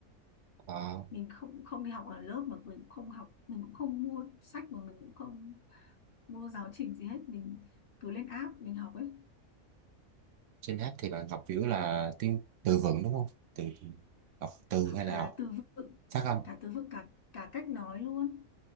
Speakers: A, on the right; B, on the left.
A: Ờ.
B: mình không không đi học ở lớp mà mình cũng không học mình cũng không mua sách mà mình cũng không mua giáo trình gì hết mình cứ lên app mình học ấy
A: Trên app thì bạn học kiểu là tiếng từ vựng đúng không? Từ học từ
B: học
A: hay là
B: cả
A: học
B: từ vựng
A: phát âm?
B: cả từ vựng cả cả cách nói luôn